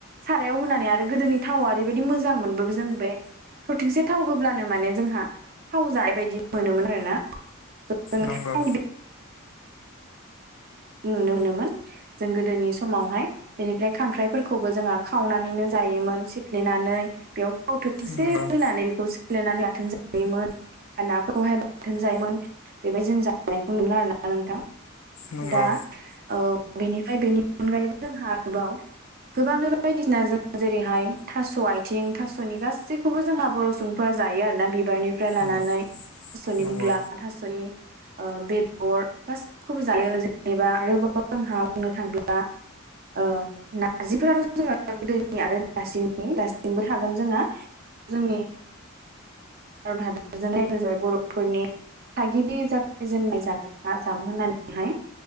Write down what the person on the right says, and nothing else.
सारायाव होनानै आरो गोदोनि थावा ओरैबायदि मोजां मोनबो जों बे थरथिंसे थाव होब्लानो माने जोंहा थाव जानाय बायदि मोनोमोन आरो ना <unintelligible>
<unintelligible> नुनो मोनोमोन जों गोदोनि समावहाय बेनिफ्राय खांख्राइफोरखौबो जोंहा खावनानैनो जायोमोन सिफ्लेनानै बेयाव थाव थोबथिंसे
होनानै बेखौ सोफ्लेनानै बाथोन जायोमोन। नाखौहाय बाथोन जायोमोन बेबायदि जों जानायखौ नुला आरोना नोंथां।
दा ओ बेनिफ्राय बेनि अनगायैबो जोंहा आरोबाव गोबांनो बायदिसिना जों जेरैहाय थास' आथिं थास'नि गासैखौबो जोंहा बर' सुबुं फोरा जायो आरोना बिबारनिफ्राय लानानै
थास'नि
बुग्ला थास'नि ओ बेदर गासिखौबो जायो जेनेबा आरोबाव जोंहा बुंनो थाङोब्ला ओ नारजिफोराथ' जोङो गोदोनि आरो दासिमनि दासिमबो थागोन जोंना जोंनि भारत हादरजों दायथ' जाबाय बर'फोरनि थागिबि जागायजेननाय जाग्रा जामुं होननानैहाय